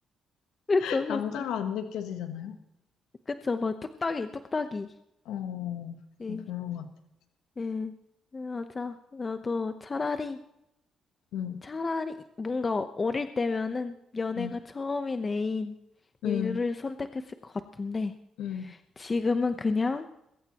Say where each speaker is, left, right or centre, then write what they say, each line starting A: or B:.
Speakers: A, on the left (about 30°); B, on the left (about 85°).
A: <laughs> 그쵸,
B: <laughs>
A: 그쵸.
B: 남자로 안 느껴지잖아요.
A: 그쵸, 뭐 뚝딱이, 뚝딱이.
B: 어 그건
A: 예,
B: 별로인 것 같아요.
A: 예, 네, 맞아. 나도 차라리,
B: 응,
A: 차라리 뭔가 어릴 때면은 연애가
B: 응,
A: 처음인 애인 이를
B: 응,
A: 선택했을 것 같은데
B: 응.
A: 지금은 그냥